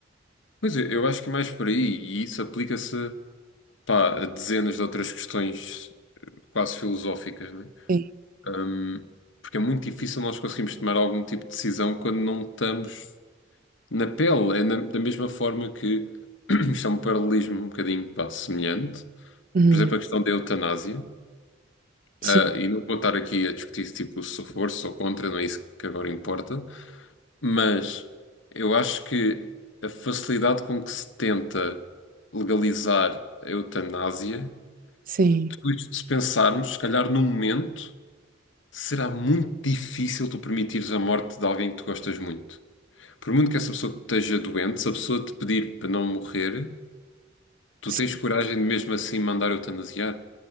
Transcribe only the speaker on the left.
Pois eu, eu acho que é mais por aí, e isso aplica-se, pá, a dezenas de outras questões quase filosóficas, né?
Hum, porque é muito difícil nós conseguirmos tomar algum tipo de decisão quando não estamos na pele. É na- da mesma forma que <clears throat> isto é um paralelismo um bocadinho, vá, semelhante.
Por exemplo, a questão da eutanásia.
Ah, e não vou estar aqui a discutir tipo, se tipo, sou for, se sou contra, não é isso que agora importa. Mas eu acho que a facilidade com que se tenta legalizar a eutanásia,
depois, se pensarmos, se calhar num momento, será muito difícil tu permitires a morte de alguém que tu gostas muito. Por muito que essa pessoa esteja doente, se a pessoa te pedir para não morrer, tu
tens coragem de mesmo assim mandar eutanasiar?